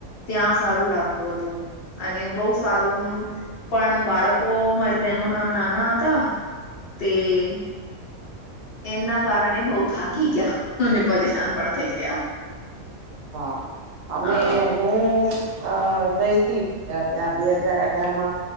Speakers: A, on the left; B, on the right.
A: ત્યાં સારું લાગતું હતું. અને બહું સારું પણ બાળકો મારી બહેનો ના નાના હતા. તે એમના કારણે બઉ થાકી ગયા, અને પરેશાન પણ થઈ ગયા.
B: હા અમે
A: હા
B: હું અ ગઈ તી બે હજાર અઢાર માં